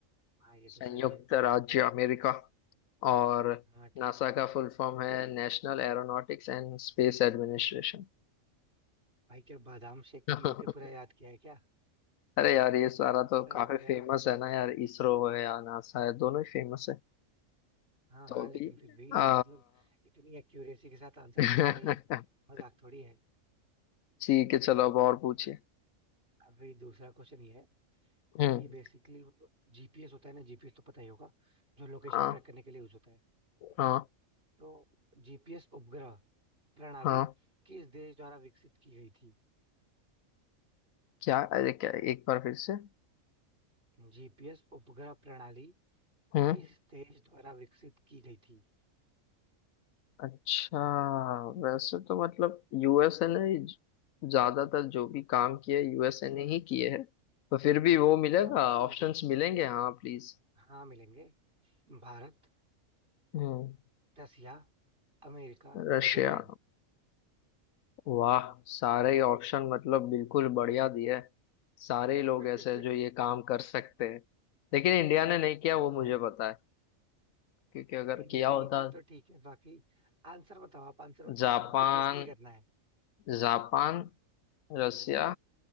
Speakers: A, on the right (about 45°); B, on the left (about 80°).
A: हाँ ये
B: संयुक्त
A: तो सही है
B: राज्य अमेरिका और
A: हाँ ठीक
B: नासा
A: है
B: का फुल फॉर्म है National Aeronautics and Space administration
A: भाई क्या बादाम शेक
B: <laughs>
A: पीयू के पूरा याद किया है क्या
B: अरे यार ये सारा तो
A: ऐसा
B: काफी
A: लग रहा
B: फेमस
A: है मुझे।
B: है ना यार इसरो है या नासा है दोनों ही फेमस है
A: हाँ
B: तो
A: हाँ
B: अभी
A: लेकिन फिर भी
B: आ,
A: मतलब इतनी एक्यूरेसी के साथ आंसर
B: <laughs>
A: देना भाई मजाक थोड़ी है
B: ठीक है चलो अब और पूछिए
A: अभी दूसरा क्वेश्चन ये है
B: हम्म
A: कि बेसिकली वो जो जीपीएस होता है ना जीपीएस तो पता ही होगा जो लोकेशन
B: हाँ
A: ट्रैक करने के लिए यूज होता है
B: हाँ
A: तो जीपीएस उपग्रह प्रणाली
B: हाँ
A: किस देश द्वारा विकसित की गई थी
B: क्या अरे क्या एक बार फिर से
A: जीपीएस उपग्रह प्रणाली
B: हम्म
A: किस देश द्वारा विकसित की गई थी
B: अच्छा वैसे तो मतलब यूएसए ने ज्यादातर जो भी काम किया यूएसए ने ही किए हैं तो फिर भी वो मिलेगा
A: मैं ऑप्शन
B: ऑप्शंस
A: दे दूं
B: मिलेंगे हाँ प्लीज
A: हाँ मिलेंगे भारत
B: हम्म
A: रसिया अमेरिका
B: रशिया
A: या जापान
B: वाह सारे ऑप्शन मतलब बिल्कुल बढ़िया दिए हैं। सारे ही लोग
A: <laughs>
B: ऐसे हैं जो ये काम कर सकते हैं लेकिन इंडिया ने नहीं किया
A: वो
B: वो
A: तो
B: मुझे
A: है
B: पता है क्योंकि अगर
A: इंडिया
B: किया
A: ने
B: होता
A: नहीं किया तो ठीक है बाकी आंसर बताओ आप आंसर बताओ
B: जापान
A: आपको गेस नहीं करना है
B: जापान रसिया